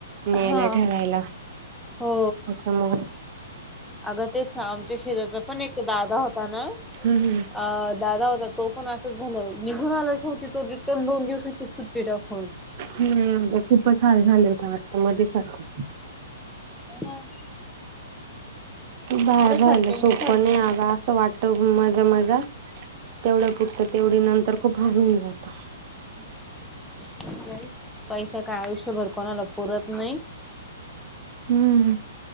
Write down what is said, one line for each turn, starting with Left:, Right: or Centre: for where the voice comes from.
Right: न्यायला
Centre: हा
Right: ठेवायला
Centre: हो
Right: त्याच्यामुळ
Centre: अगं तेच ना आमच्या शेजारचा पण एक दादा होता ना
Right: हम्म हम्म.
Centre: अ दादा होता. तो पण असंच झालं निघून आला शेवटी तो रिटर्न दोन दिवसाची सुट्टी टाकून.
Right: हुं खूपच हाल झाले होते वाटत मध्येच सारख-
Centre: मॅडम-
Right: बाहेर
Centre: सारख्यांच
Right: राहयला सोप
Centre: झालत
Right: नाही अगं असं वाट- तगुन मज्या मज्या तेवढ्या पुरती तेवढी नंतर खूप हाल हुन जातं.
Centre: <unintelligible> नाही. पैसा काय आयुष्यभर कोणालाच पूरत नाही.
Right: हम्म,